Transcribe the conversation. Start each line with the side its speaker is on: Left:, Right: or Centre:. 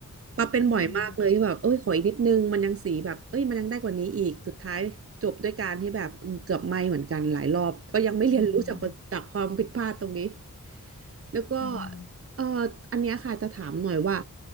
Right: ปาเป็นบ่อยมากเลยที่แบบเอ้ยขออีกนิดนึงมันยังสีแบบเอ้ยมันยังได้กว่านี้อีก
Left: อืม
Right: สุดท้ายจบด้วยการที่แบบอืมเกือบไหม้เหมือนกันหลายรอบ ก็ยังไม่เรียนรู้จากประจากความผิดพลาดตรงนี้
Left: อืม
Right: แล้วก็
Left: อืม
Right: เอ่ออันเนี้ยค่ะจะถามหน่อยว่า